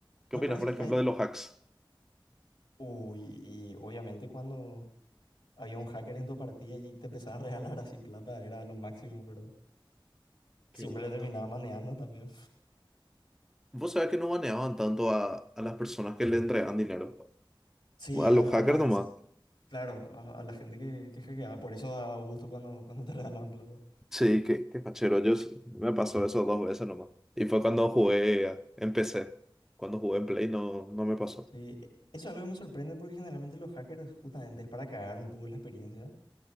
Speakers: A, in the centre; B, on the left (about 75°).
A: ¿qué
B: Me
A: opinas,
B: parece
A: por
B: que
A: ejemplo,
B: está bien.
A: de
B: yo-
A: los hacks?
B: Uy, y obviamente cuando había un hacker en tu partida y te empezaba a regalar así plata, era lo máximo, pero
A: Qué
B: siempre
A: gusto.
B: le terminaba manejando también.
A: Vos sabés que no baneaban tanto a, a las personas que le entregaban dinero.
B: Sí,
A: A
B: a,
A: los
B: a
A: hackers
B: las
A: nomás.
B: Claro, a, a la gente que, que hackeaba, por eso da gusto cuando, cuando te <laughs> regalaban plata.
A: Sí, qué, qué fachero. Yo sí- me pasó eso dos veces nomás. Y fue cuando jugué, a- en PC. Cuando jugué en Play no, no me pasó.
B: Sí, e- eso es algo que me sorprende porque generalmente los hackers justamente es para cagar un poco la experiencia.